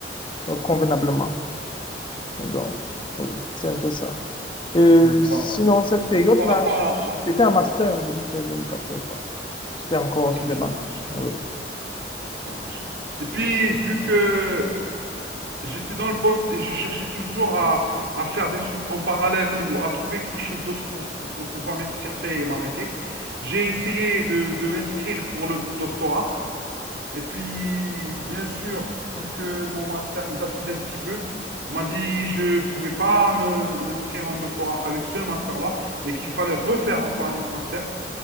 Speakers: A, on the left (about 30°); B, on the right (about 80°).
A: euh, convenablement. Donc, oui, c'est un peu ça. Euh,
B: Mhm.
A: sinon,
B: Voilà.
A: cette période-là,
B: Donc par rapport à, à
A: j'étais
B: cette époque-là.
A: en master en 2013-2014, là. J'étais encore
B: Ok,
A: sur les bancs.
B: ça marche.
A: Oui,
B: Ça marche. Et puis, vu que J'étais dans le poste et je cherchais toujours à, à faire des trucs en parallèle ou à trouver quelque chose d'autre pour, pour pouvoir m'extirper et m'arrêter. J'ai essayé de, de m'inscrire pour le doctorat. Et puis, bien sûr, vu que mon master il datait d'un petit peu, on m'a dit je ne pouvais pas me- m'inscrire en doctorat avec ce master-là et qu'il fallait refaire encore un autre master.